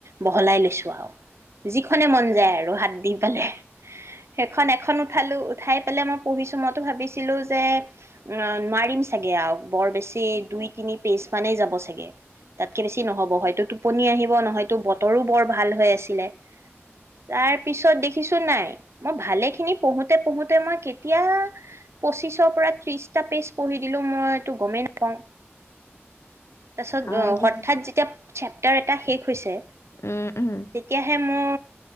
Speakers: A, on the right; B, on the left.
A: বহলাই লৈছোঁ, আৰু যিখনে মন যায় আৰু হাত দি পেলাই, সেইখন এখন উঠালোঁ। উঠাই পেলাই মই পঢ়িছোঁ মইতো ভাবিছিলোঁ যে উ নোৱাৰিম চাগে আৰু। বৰ বেছি দুই তিনি। পিছ মানে যাব। চাগে তাতকে বেছি নহব, হয়তো টোপনি আহিব নহয়তো বতৰো বৰ। ভাল হৈ আছে। দিলে তাৰ পিছত দেখি। মাতিছো নাই মই ভালে খিনি পঢ়োঁতে পঢ়োঁতে মই কেতিয়া। পঁচিছৰ পৰা ত্ৰিশটা পেজ। পঢ়ি দিলোঁ মই তো গমেই নাপাওঁ। তাৰপাছত
B: হয় দিয়া
A: হঠাৎ যেতিয়া। চেপ্টাৰ এটা শেষ হৈছে
B: উম, উম,
A: তেতিয়াহে, মোৰ